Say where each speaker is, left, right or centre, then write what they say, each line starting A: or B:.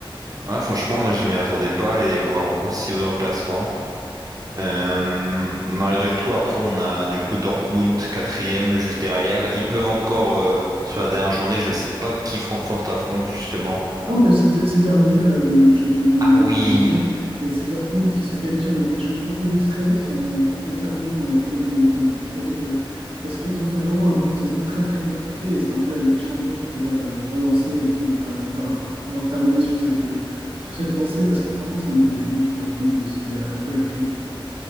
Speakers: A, on the right; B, on the right.
A: Ouais, franchement, moi je m'y attendais pas à les voir aussi haut dans le classement. Euh, malgré tout, après, on a du coup Dortmund quatrième juste derrière. Ils peuvent encore, euh, sur la dernière journée, je sais pas qui Francfort affronte justement.
B: Non, mais c'est c'est terminé, là, le, le championnat en Allemagne
A: Ah oui.
B: est terminé. Et c'est Dortmund qui se qualifie en Ligue des Champions in extremis en, t- en terminant euh, comme des, comme des furies. euh, parce qu'ils ont fait vraiment un début de saison très très compliqué. Et c'est un peu la Ligue des Champions qui les a euh, relancés et qui, les a, qui leur a fait pouvoir terminer sur cette, euh, sur cette lancée. Parce que franchement, ça n'allait plus du tout Dortmund. C'était la- un peu la crise.